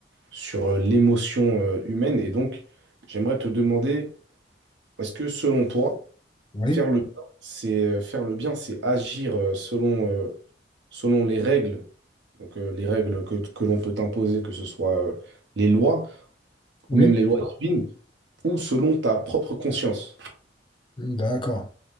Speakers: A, on the right (about 75°); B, on the left (about 25°).
A: sur euh, l'émotion euh, humaine, et donc j'aimerais te demander, est-ce que selon toi
B: oui,
A: Faire le bien, c'est euh, faire le bien, c'est agir euh, selon, euh, selon les règles, donc euh, les règles que, que l'on peut t'imposer, que ce soit euh, les lois
B: oui,
A: ou même les lois divines, ou selon ta propre conscience.
B: Mmh, d'accord.